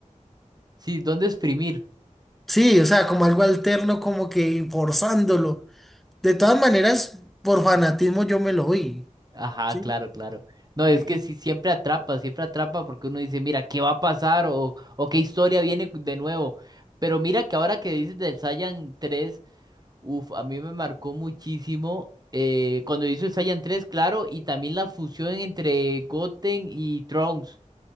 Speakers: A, on the right; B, in the centre.
A: Sí, ¿dónde exprimir?
B: sí, o sea, como algo alterno, como que forzándolo. De todas maneras, por fanatismo yo me lo vi,
A: Ajá,
B: ¿sí?
A: claro, claro. No, es
B: Y,
A: que
B: y-
A: sí, siempre atrapa, siempre atrapa porque uno dice, mira, ¿qué va a pasar? O, o qué historia viene de nuevo. Pero mira que ahora que dices del Saiyan tres Uf, a mí me marcó muchísimo eh, cuando hizo el Saiyan tres claro, y también la fusión entre Goten y Trunks.